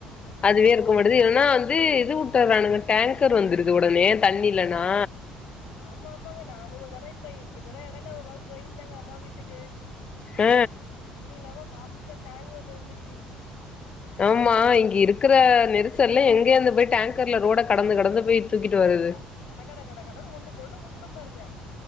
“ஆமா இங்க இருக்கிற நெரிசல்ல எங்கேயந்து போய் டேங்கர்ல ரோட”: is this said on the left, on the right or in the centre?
Left